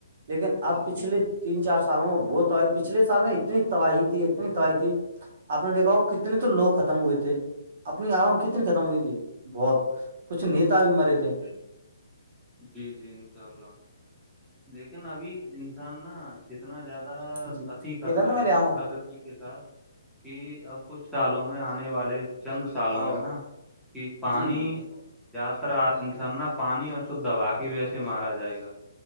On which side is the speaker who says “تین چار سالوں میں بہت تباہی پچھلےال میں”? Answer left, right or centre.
Right